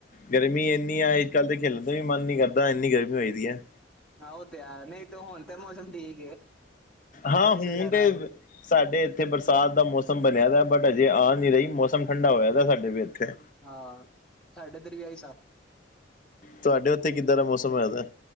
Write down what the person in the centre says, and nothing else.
ਆ ਉਹ ਤੇ ਹੈ, ਨਈ ਤੇ ਹੁਣ ਤਾਂ ਮੌਸਮ ਠੀਕ ਹੈ,
ਬਾਰਿਸ਼
ਵਗੈਰਾ
ਆ ਰਹੀ ਹੈ।
ਹਾਂ ਸਾਡੇ ਇਧਰ ਵੀ ਆਈ ਸਾਅ